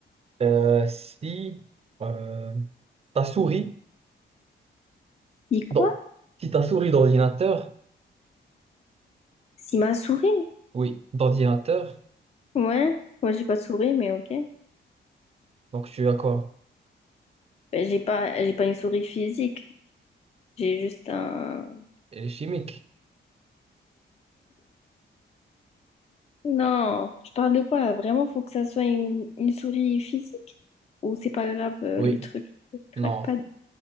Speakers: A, on the right (about 30°); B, on the left (about 35°).
A: Euh, si euh, ta souris,
B: Dis quoi?
A: dans- si ta souris d'ordinateur,
B: Si ma souris?
A: oui, d'ordinateur,
B: Ouais, moi j'ai pas de souris, mais ok.
A: donc tu as quoi?
B: Ben, j'ai pas, j'ai pas une souris physique. J'ai juste un.
A: Elle est chimique?
B: Non, tu parles de quoi là? Vraiment, faut que ça soit une, une souris physique? Ou c'est pas grave euh,
A: Oui,
B: le truc, le trackpad?
A: non,